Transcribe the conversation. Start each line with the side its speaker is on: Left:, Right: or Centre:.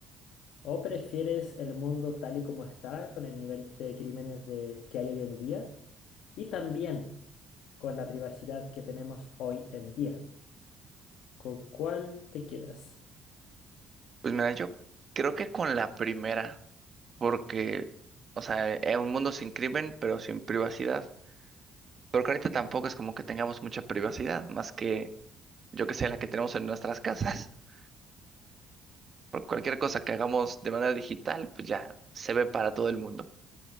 Left: ¿O prefieres el mundo tal y como está, con el nivel de crímenes de- que hay hoy en día? Y también con la privacidad que tenemos hoy en día. ¿Con cuál te quedas?
Right: Pues mira, yo creo que con la primera, porque, o sea, es un mundo sin crimen, pero sin privacidad. Porque ahorita tampoco es como que tengamos mucha privacidad, más que, yo que sé, la que tenemos en nuestras casas. <laughs> Por cualquier cosa que hagamos de manera digital, pues ya se ve para todo el mundo.